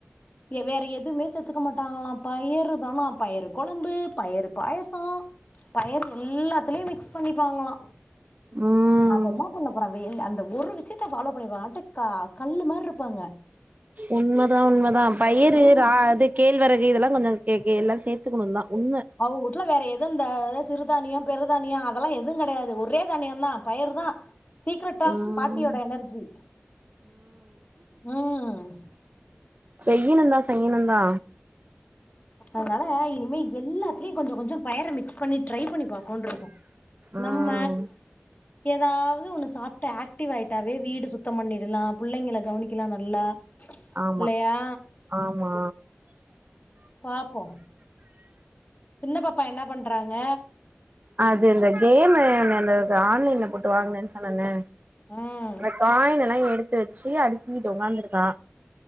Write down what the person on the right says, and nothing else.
ம்
உண்மதா உண்மதா பயரு
ரா கேழ்வரகு இதெல்லா கொஞ்ச கே எல்லா சேத்துக்கணுந்தா உண்ம
ம்
செய்யணு தா செய்யணு தா
ம்
ஆமா
ஆமா
அது இந்த கேமு அந்த ஆன்லைன்ல போட்டு வாங்கனேன்னு சொன்னேன்னே
அந்த காயின எல்லா எடுத்து வெச்சு அடிக்கிட்டு உக்காந்துருக்கா